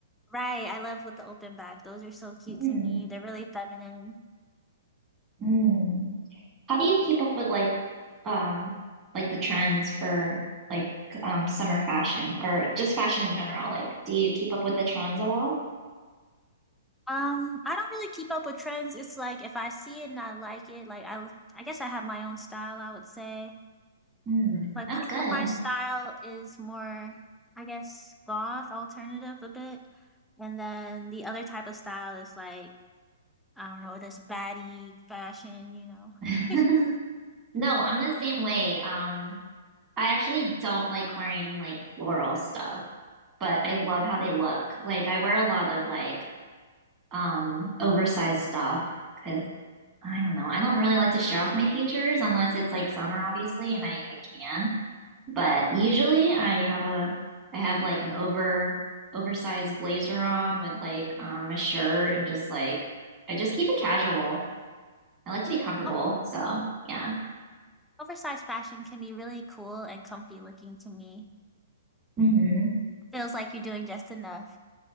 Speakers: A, in the centre; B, on the right (about 25°).
A: right. I love with the open back. Those are so cute
B: Mm,
A: to me. They're really feminine.
B: mm. How do you keep up with like um like the trends for like um summer fashion or just fashion in general? Like, do you keep up with the trends at all?
A: Um, I don't really keep up with trends. It's like if I see it and I like it, like I I guess I have my own style, I would say.
B: Mm,
A: Like
B: that's
A: part
B: good.
A: of my style is more, I guess, goth alternative a bit. And then the other type of style is like I don't know, this baddie fashion, you know.
B: <laughs>
A: <laughs>
B: No, I'm the same way. Um, I actually don't like wearing like floral stuff, but I love how they look. Like I wear a lot of like um oversized stuff because I don't know. I don't really like to show off my features unless it's like summer, obviously, and I I can. But usually I have a I have like an over oversized blazer on with like um a shirt and just like I just keep it casual. I like to be comfortable,
A: Oh,
B: so yeah.
A: oversized fashion can be really cool and comfy looking to me.
B: hmm <laughs>
A: Feels like you're doing just enough.